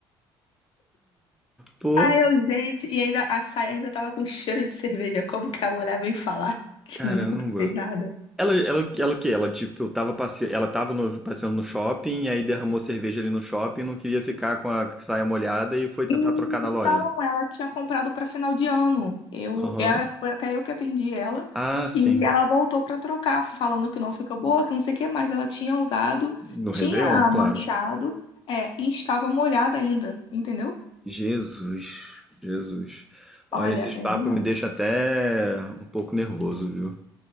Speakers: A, in the centre; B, on the left.
A: Pô.
B: Ai, eu, gente, e ainda a saia ainda tava com cheiro de cerveja. Como que a mulher vem falar <laughs> que
A: Caramba.
B: nunca fez nada?
A: Ela, ela, ela o quê? Ela, tipo, tava passe... ela tava no- passeando no shopping, aí derramou cerveja ali no shopping, não queria ficar com a saia molhada e foi tentar
B: Hum,
A: trocar na loja.
B: Não, ela tinha comprado para final de ano. Eu,
A: Aham.
B: ela, foi até eu que atendi ela
A: Ah, sim.
B: e ela voltou para trocar, falando que não ficou boa, que não sei o que mais. Ela tinha usado,
A: No Réveillon,
B: tinha
A: claro.
B: manchado, é, e estava molhada ainda, entendeu?
A: Jesus, Jesus. Olha,
B: Olha,
A: esses
B: é
A: papos
B: demais.
A: me deixam até um pouco nervoso, viu?